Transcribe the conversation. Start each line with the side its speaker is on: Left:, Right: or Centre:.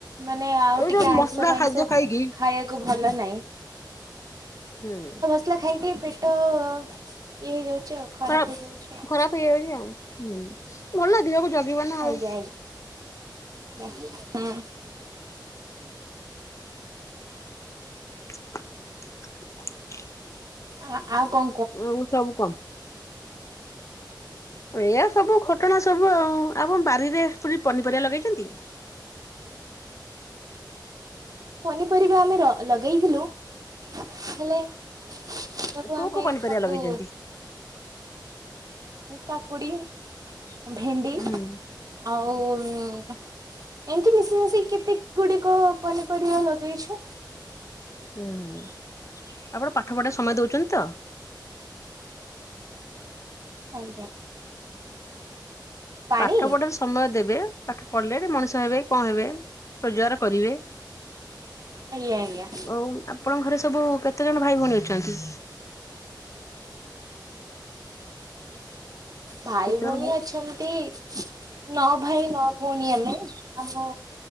Right: ମାନେ ଆଉ
Left: ଏଇ
Right: ଟିକେ
Left: ଯୋଉ
Right: ଆଇଁଷ
Left: ମସଲା
Right: ଫାଇଁଷ
Left: ଖାଦ୍ୟ ଖାଇକି
Right: ଖାଇବାକୁ ଭଲ ନାହିଁ।
Left: ହୁଁ।
Right: <unintelligible> ଖାଇ ପି ପେଟ ଇଏ ହେଇଯାଉଚି ଆଉ।
Left: ଖରାପ
Right: ହେଇଯାଉଛି ଆଉ।
Left: ଖରାପ ହେଇଯାଉଛି ଆଉ ହୁଁ ଭଲ ଦିହକୁ ଯ ଯଗିବ ନା ଆଉ।
Right: ଆଜ୍ଞା ଆଜ୍ଞା ହୁଁ
Left: <inaudible>
Right: ଆ ଆଉ କ
Left: ଆଉ ସବୁ କମ୍। ଏଆ ସବୁ ଖଟଣା ସବୁ ଆଉ ଆପଣ ବାରିରେ <unintelligible> ପନିପରିବା ଲଗେଇଛନ୍ତି?
Right: ପନିପରିବା ଆମେ ଲଗେଇଥିଲୁ ହେଲେ। ସବୁ
Left: କୋଉ
Right: ଆମେ
Left: କୋଉ ପନିପରିବା
Right: ତାକୁ।
Left: ଲଗେଇଛନ୍ତି?
Right: କାକୁଡି ଭେଣ୍ଡି
Left: ହୁଁ
Right: ଆଉ। ଏମିତି ମିଶେଇ ମାଶିକି କେତେ ଗୁଡିକ ପନିପରିବା ଲଗେଇଛୁ।
Left: ହୁଁ ହୁଁ ଆପଣ ପାଠ ପଢା ସମୟ ଦଉଛନ୍ତି ତ?
Right: ଆଜ୍ଞା। ପାଣି
Left: ପାଠ ପଢାରେ ସମୟ ଦେବେ ପାଠ ପଢିଲେ ମଣିଷ ହେବେ କଣ ହେବେ ରୋଜଗାର କରିବେ।
Right: ଆଜ୍ଞା ଆଜ୍ଞା।
Left: ଆଉ ଆପଣଙ୍କ ଘରେ ସବୁ କେତେ ଜଣ ଭାଇ ଭଉଣୀ ଅଛନ୍ତି?
Right: ଭାଇ
Left: କେତେ
Right: ଭଉଣୀ
Left: ଜଣ
Right: ଅଛନ୍ତି। ନ ଭାଇ ନ ଭଉଣୀ ଆମେ ଆମ